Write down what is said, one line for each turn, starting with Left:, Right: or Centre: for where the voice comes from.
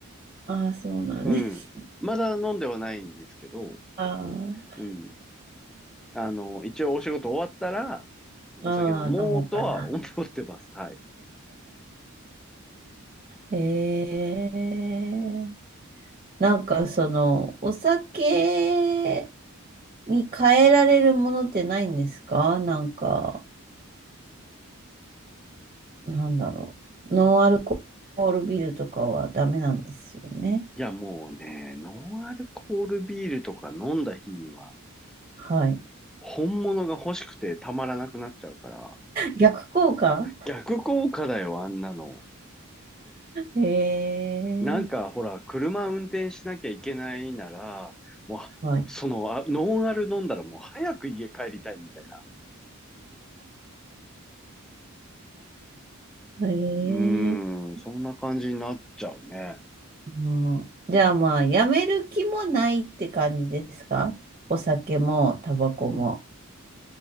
Right: ああ、そうなんです。
Centre: うん。まだ飲んではないんですけど、
Right: あ
Centre: うん。あの、一応お仕事終わったら、お酒飲もうとは思ってます。
Right: あ、ああ、飲もうかな。
Centre: はい。
Right: ええなんかその、お酒に変えられるものってないんですかなんか、なんだろう。ノンアルコールビールとかはダメなんですよね。
Centre: いや、もうね、ノンアルコールビールとか飲んだ日には、
Right: はい。
Centre: 本物が欲しくてたまらなくなっちゃうから、
Right: 逆効果
Centre: 逆効果だよ、あんなの。
Right: <laughs>
Centre: なんかほら、
Right: ええ
Centre: 車運転しなきゃいけないなら、もう、
Right: はい。
Centre: その、あ、ノンアル飲んだらもう早く家帰りたいみたいな。
Right: <laughs> ええ
Centre: うーん、そんな感じになっちゃうね。
Right: ー。じゃあまあ、やめる気もないって感じですかお酒も、タバコも。